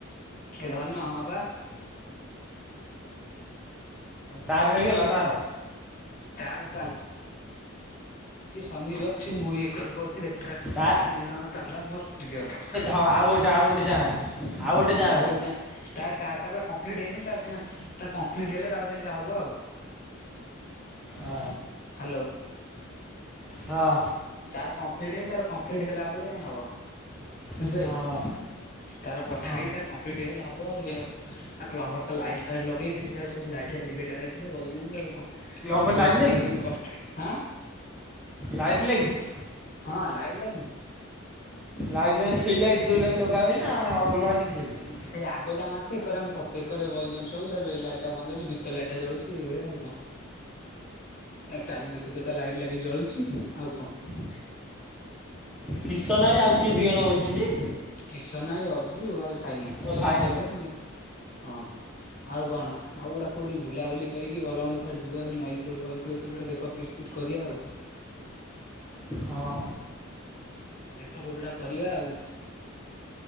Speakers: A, on the left; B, in the centre.
A: ହେ ଧନ ହଁ ପା।
B: ତାର ହେଇଗଲା ତାର।
A: ତାର ଚାଲିଚି। ଶନି ଯୋଉ ଅଛି ମୁଁ ବି ଏକର କରଛି ଦେଖା ଚାଲିଛି
B: ତା
A: ଦିଜଣ ତାଙ୍କର ମୋର ନିଜର।
B: ହଁ ଆଉ ଗୋଟେ ଆଉ ଗୋଟେ ଯାଆଁଳା। ଆଉ ଗୋଟେ ଯାଆଁଳାର
A: ଆଉଗୋଟେ ଯାଆଁଳା ତା ଟା। ତାର ପା କଂପ୍ଲିଟ୍ ହେଇନି ତାର ସିନା ତା କଂପ୍ଲିଟ୍ ହେଲେ ତା ପରେ ଯାଇ ଯା ହବ ଆଉ।
B: ଆ।
A: ହ୍ୟାଲୋ
B: ହଁ।
A: ତାର କମ୍ପଲିଟ ହେଇନି ତାର କମ୍ପଲିଟ ହେଲା ପଲେ ଯାଇଁ ହବ ବୁଝିପାଇଲୁ।
B: ହଁ
A: ତାର ପଠାଇ
B: ହଁ
A: ତାର କମ୍ପଲିଟ ହେଇଗଲେ ହବ ଆଉ ଏ। ଆଉ କ୍ଲବ ଘରେ ତ ଲାଇଟ୍ ଫାଇଟ୍ ଲଗେଇଥିଲି ସେ ସବୁ ଲାଇଟ୍ ଫାଇଟ୍ ଲିଭେଇ ଲାଭେଇ ଦେଲେ ବଇଛନ୍ତି ଆଉ କଅଁ। କିଛି
B: କ୍ଲବ୍ ଲାଇଟ୍
A: ନା ବିଛିନା
B: ଲାଗିଛି
A: ରଛି ମୋ କଷ୍ଟ ହଁ।
B: ଲାଇଟ୍ ଲାଗିଚି।
A: ହଁ ଲାଇଟ ଲାଗିନି।
B: ଲାଇଟ୍ ମାନେ ସେଇ ଲାଇଟ୍ ଯୋଉ ଲାଇଟ୍ ଲଗା ହୁଏ ନା ଅଲଗା କିଛି। ଲାଗିଛି
A: ଉଁ। ସେଇ ଆଗଟା ମାରୁଛି ଏକ ଆମେତେ ଏକରେ ବ ସବୁ ଏଇ ଲଟା ବନ୍ଦ ଅଛିିତ ଲାଇଟ ଟା ଜଳୁଛି ଏଇଭଳିଆଉ କଣ। ଏଁ ତାରିଣୀ କତିରେ ତ ଟା ଲାଇଟ୍ ଲାଗିଚି ଜଳୁଛି ଆଉ କଅଁ।
B: କିଶନ ଆଇ ଆଉ କିଏ ଦି ଜଣ ବଇଚନ୍ତି।
A: କିଶନ ଆଇ ଅଜୁ ଆଉ ସାଇନ
B: ଓ
A: ସେ
B: ସାଇନ
A: ସେକରେ ଆମେ ହଁ। ଆଉ କଣ। ଆଉ ଗୋଟା କଉଠି ବୁଲାବୁଲି କରିକି ଭଲ ମନ୍ଦ କୁଆଡେ ଯିବ ସେ ନଈ ଫଇ କୂଳ କୋଉଠି ଗୋଟେ ଦେଖ ଫିଟି ଫିଟିକରିବା ଆଉ।
B: ହଁ।
A: ଦେଖ କୋଉଠି ଗୋଟା କରିବା ଆଉ।